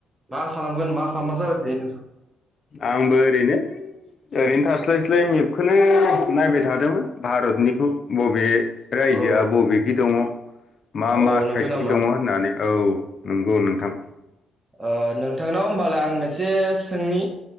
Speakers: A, on the right; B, on the left.
A: मा खालामगोन मा खालामा जाबाय थायो नोंथां
B: आंबो ओरैनो ओरैनो थास्लायस्लाय मेप- खौनो नायबाय थादोंमोन भारतनिखौ बबे रायजोआ
A: औ
B: बबेखि दङ मा
A: औ
B: मा साइदखि
A: नंगौ नामा
B: दङ होननानै औ नंगौ नोंथां
A: ओ नोंथांनाव होमबालाय आं मोनसे सोंनि